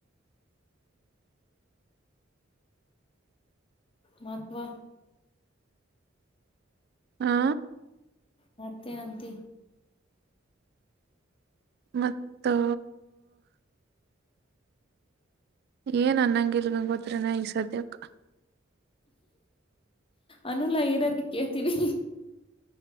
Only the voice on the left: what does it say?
ಮಹತ್ವ
ಹಾ ತ ಅಂತ
ಅನುಲಾ ಏನಾರ ಕೇಳ್ತೀನಿ